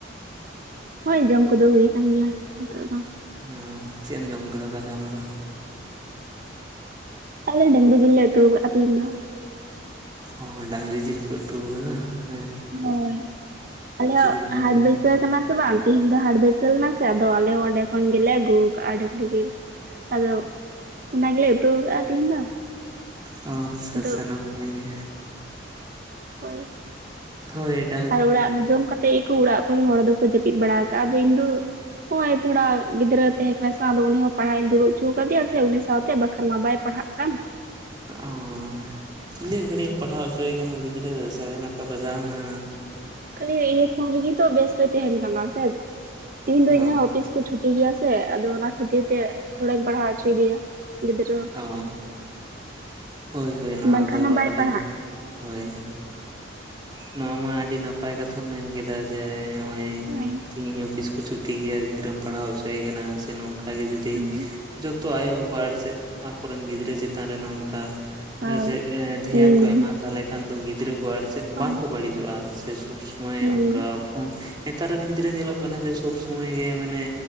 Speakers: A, on the right; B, on the right.
A: ᱦᱳᱭ ᱡᱚᱢ ᱠᱚᱫᱚ ᱦᱩᱭ ᱟᱠᱟᱱ ᱜᱮᱭᱟ ᱱᱤᱛᱚᱜ ᱫᱚ᱾
B: ᱦᱮᱸ ᱪᱮᱫ ᱮᱢ ᱡᱚᱢ ᱠᱮᱫᱟ ᱛᱟᱦᱞᱮ ᱟᱢ ᱫᱚ?
A: ᱟᱞᱮ ᱰᱟᱝᱨᱤ ᱡᱤᱞ ᱞᱮ ᱩᱛᱩ ᱠᱟᱫᱟ ᱛᱤᱦᱤᱧ ᱫᱚ᱾
B: ᱚ ᱰᱟᱝᱨᱤ ᱡᱤᱞ ᱯᱮ ᱩᱛᱩ ᱟᱠᱟᱫᱟ᱾
A: ᱦᱳᱭ, ᱟᱞᱮᱭᱟᱜ
B: ᱠᱤᱫᱤᱧᱟ
A: ᱦᱟᱴ
B: ᱵᱟᱵᱟ᱾
A: ᱵᱟᱹᱭᱥᱟᱹ ᱠᱟᱱᱟ ᱥᱮ ᱵᱟᱝ? ᱛᱮᱦᱤᱧ ᱫᱚ ᱦᱟᱴ ᱵᱟᱹᱭᱥᱟᱹᱣ ᱮᱱᱟ ᱥᱮ ᱟᱫᱚ ᱟᱞᱮ ᱦᱚᱸ ᱚᱸᱰᱮ ᱠᱷᱚᱱ ᱜᱮᱞᱮ ᱟᱹᱜᱩ ᱠᱟᱜᱼᱟ ᱰᱟᱝᱨᱤ ᱡᱮᱞ ᱟᱫᱚ ᱚᱱᱟ ᱜᱮᱞᱮ ᱩᱛᱩ ᱟᱠᱟᱫᱼᱟ ᱛᱤᱦᱤᱧ ᱫᱚ᱾
B: ᱚ ᱟᱪᱷᱟ
A: ᱟᱫᱚ
B: ᱟᱪᱷᱟ ᱱᱟᱯᱟᱭ ᱜᱮ᱾
A: ᱦᱳᱭ ᱾
B: ᱦᱳᱭ ᱾
A: ᱟᱨ ᱚᱲᱟᱜ ᱡᱚᱢ ᱠᱟᱛᱮᱫ ᱜᱮᱠᱚ ᱚᱲᱟᱜ ᱠᱚᱨᱮ ᱦᱚᱲ ᱫᱚᱠᱚ ᱡᱟᱹᱯᱤᱫ ᱵᱟᱲᱟ ᱟᱠᱟᱜᱼᱟ ᱟᱫᱚ ᱤᱧ ᱫᱚ ᱱᱚᱜᱭ ᱛᱷᱚᱲᱟ ᱜᱤᱫᱽᱨᱟᱹ ᱛᱟᱦᱮᱸ ᱠᱟᱱᱟ ᱥᱮ ᱟᱫᱚ ᱩᱱᱤ ᱦᱚᱸ ᱯᱟᱲᱦᱟᱜ ᱤᱧ ᱫᱩᱲᱩᱵ ᱦᱚᱪᱚ ᱟᱠᱟᱣᱫᱮᱭᱟ ᱥᱮ ᱩᱱᱤ ᱥᱟᱶᱛᱮ ᱵᱟᱠᱷᱟᱱ ᱢᱟ ᱵᱟᱭ ᱯᱟᱲᱦᱟᱜ ᱠᱟᱱ
B: ᱚ ᱛᱤᱱᱟᱹᱜ ᱜᱷᱟᱹᱲᱤᱡ ᱮᱢ ᱯᱟᱲᱦᱟᱣ ᱦᱚᱪᱚᱭᱮ ᱠᱟᱱᱟ ᱜᱤᱫᱽᱨᱟᱹ ᱥᱟᱲᱮ ᱱᱚᱴᱟ ᱵᱟᱡᱟᱣ ᱮᱱᱟ᱾
A: ᱠᱷᱟᱹᱞᱤ ᱤᱭᱟᱹ ᱯᱷᱳᱱ ᱨᱮᱜᱮ ᱛᱚ ᱵᱮᱥ ᱛᱚ ᱛᱟᱦᱮᱱ ᱠᱟᱱᱟ ᱥᱮ ᱛᱤᱦᱤᱧ ᱫᱚ
B: ᱚ
A: ᱤᱧ ᱚᱯᱷᱤᱥ ᱠᱚ ᱪᱷᱩᱴᱤ ᱜᱮᱭᱟ ᱥᱮ ᱟᱫᱚ ᱚᱱᱟ ᱠᱷᱟᱹᱛᱤᱨ ᱛᱮ ᱛᱷᱚᱲᱟᱧ ᱵᱟᱲᱦᱟᱣ ᱦᱚᱪᱚᱭᱮᱫᱮᱭᱟ᱾ ᱜᱤᱫᱽᱨᱟᱹ
B: ᱚ ᱦᱳᱭ ᱦᱳᱭ ᱱᱚᱣᱟ
A: ᱵᱟᱝᱠᱷᱟᱱ
B: ᱫᱚ
A: ᱢᱟ ᱵᱟᱭ
B: ᱟᱹᱰᱤ
A: ᱯᱟᱲᱦᱟᱜ᱾
B: ᱦᱳᱭ ᱱᱚᱣᱟ ᱢᱟ ᱟᱹᱰᱤ ᱱᱟᱯᱟᱭ ᱠᱟᱛᱷᱟᱢ ᱢᱮᱱ ᱠᱮᱫᱟ ᱡᱮ ᱱᱚᱜ
A: ᱦᱳᱭ
B: ᱛᱤᱦᱤᱧ ᱚᱯᱷᱤᱥ ᱠᱚ ᱪᱷᱩᱴᱤ ᱜᱮᱭᱟ ᱜᱤᱫᱽᱨᱟᱹᱢ ᱯᱟᱲᱦᱟᱣ ᱦᱚᱪᱚᱭᱮ ᱠᱟᱱᱟ ᱥᱮ ᱱᱚᱝᱠᱟ ᱚᱱᱠᱟᱜᱮ ᱡᱩᱫᱤ
A: ᱦᱳᱭ
B: ᱡᱚᱛᱚ ᱟᱭᱳᱼᱵᱟᱵᱟ ᱪᱮᱫ ᱟᱠᱚᱨᱮᱱ ᱜᱤᱫᱽᱨᱟᱹ ᱪᱮᱛᱟᱱ ᱨᱮ ᱱᱚᱝᱠᱟ,
A: ᱦᱳᱭ
B: ᱦᱮᱥᱮ ᱫᱷᱮᱭᱟᱱ
A: ᱦᱩᱸ
B: ᱠᱚ ᱮᱢᱟ ᱛᱟᱦᱚᱞᱮ ᱠᱷᱟᱱ ᱫᱚ ᱜᱤᱫᱽᱨᱟᱹ ᱠᱚ ᱟᱨ ᱪᱮᱫ
A: ᱦᱳᱭ
B: ᱵᱟᱝᱠᱚ ᱵᱟᱹᱲᱤᱡᱚᱜᱼᱟ ᱾ ᱥᱮ ᱥᱚᱵ ᱱᱚᱜᱚᱭ
A: ᱦᱩᱸ
B: ᱚᱝᱠᱟ ᱯᱷᱳᱱ ᱱᱮᱛᱟᱨ ᱨᱮᱱ ᱜᱤᱫᱽᱨᱟᱹ ᱧᱮᱞᱚᱜ ᱠᱟᱱᱟ ᱡᱮ ᱥᱚᱵ ᱥᱚᱢᱚᱭ ᱜᱮ ᱢᱟᱱᱮ